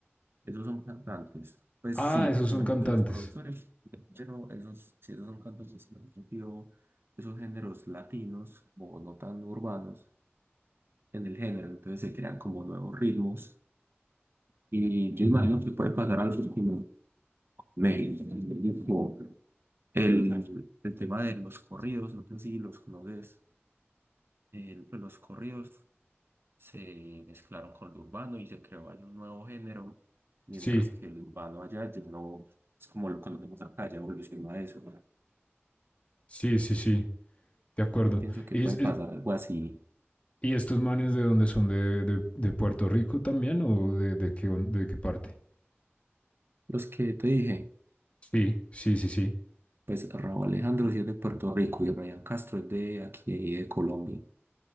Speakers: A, on the right; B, on the left.
A: Esos son cantantes. Pues
B: Ah,
A: sí,
B: esos
A: me
B: son
A: imagino
B: cantantes.
A: que los productores, pero esos, si esos son cantantes, me refiero esos géneros latinos o no tan urbanos en el género, entonces se crean como nuevos ritmos Y yo
B: Ujú.
A: imagino que puede pasar algo que me dijo el, el tema de los corridos, no sé si los conoces, el- pues los corridos se mezclaron con lo urbano y se creó ahí un nuevo género, mientras
B: Sí,
A: que el urbano allá ya no es como lo conocemos acá, ya evolucionó a eso.
B: sí, sí, sí, de acuerdo.
A: Yo pienso que
B: ¿Y,
A: puede
B: es- es-
A: pasar algo así.
B: y estos manes de dónde son? ¿De, de, de Puerto Rico también o de, de, qué, on- de qué parte?
A: Los que te dije,
B: Sí, sí, sí, sí.
A: pues Raúl Alejandro sí es de Puerto Rico y Ryan Castro es de aquí, de Colombia.